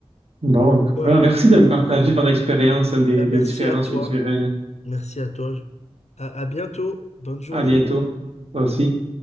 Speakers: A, on the right; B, on the left.
A: Bon, en tout
B: Voilà.
A: cas, merci de me partager ton expérience des,
B: Ben, Merci
A: des différences
B: à toi.
A: culturelles.
B: Merci à toi. à à bientôt. Bonne journée.
A: À bientôt, toi aussi.